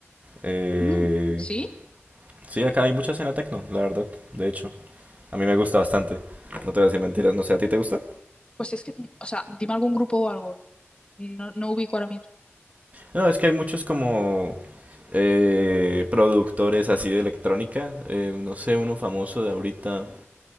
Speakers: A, on the right; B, on the left.
A: eh,
B: mm, sí,
A: sí, acá hay mucha escena techno, la verdad, de hecho, a mí me gusta bastante, no te voy a decir mentiras, no sé, ¿a ti te gusta?
B: pues es que, mm, o sea, dime algún grupo o algo. No, no ubico ahora mismo.
A: No, es que hay muchos como eh, productores así de electrónica, eh, no sé, uno famoso de ahorita.